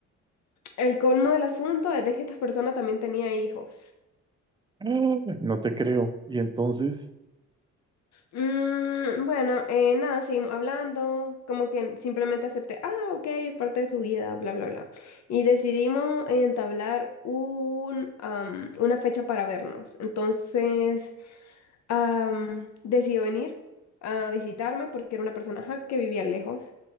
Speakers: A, on the left; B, on the right.
A: El colmo del asunto es de que esta persona también tenía hijos.
B: <laughs> No te creo. ¿Y entonces?
A: Mm, bueno, eh, nada, seguimos hablando, como que simplemente acepté, ah, ok, es parte de su vida, bla, bla, bla. Y decidimos entablar un, am, una fecha para vernos. Entonces, am, decidió venir a visitarme porque era una persona ajá, que vivía lejos.